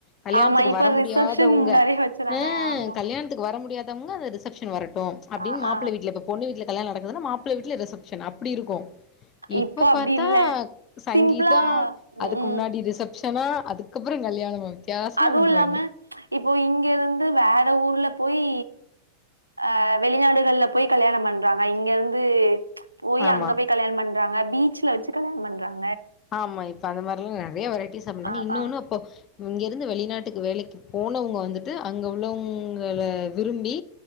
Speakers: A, on the left; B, on the right.
A: கல்யாணத்துக்கு
B: ஆமா இப்ப
A: வர முடியாதவங்க
B: ரிசப்ஷன் நிறைய வச்சுறாங்க
A: ஆ
B: ஆமா
A: கல்யாணத்துக்கு வர முடியாத எங்க அது ரிசப்ஷன் னு வர அப்பிடின்னு
B: ஆ
A: மாப்பிள்ள
B: ஆ
A: வீட்டுல இப்ப பொண்ணு வீட்டுல கல்யாணம் நடக்குதுன்னா மாப்பிள்ள வீட்டுல ரிசப்ஷன் அப்படி இருக்கு இப்ப
B: இப்போ அப்டி
A: பார்த்தா
B: இல்ல
A: சங்கீத்தா
B: சிம்பிளா ம்
A: அதுக்கு
B: ம்
A: முன்னாடி ரிசப் சனா அதுக்கப்புறம் கல்யாணமா வித்தியாசமா
B: அதுவும்
A: பண்றாய்ங்க
B: இல்லாம இப்போ இங்க இருந்து வேற ஊர்லப் போயி ஆ வெளிநாடுகள் ல போயி கல்யாணம் பண்றாங்க இங்க இருந்து போயி
A: ஆமா
B: அங்க போய் கல்யாணம் பண்ண ராங்க பீச்ல வச்சு கல்யாணம் பண்றாங்க
A: ஆமா இப் அந்த மாரிலாம் நிறையா வெரை பேசனா
B: ஆ
A: இன்னொன்னு
B: ஆ
A: அப்போ இங்கிருந்து வெளிநாட்டுக்கு வேலைக்கு போனவங்க வந்துட்டு அங்க உள்ளவங்கள விரும்பி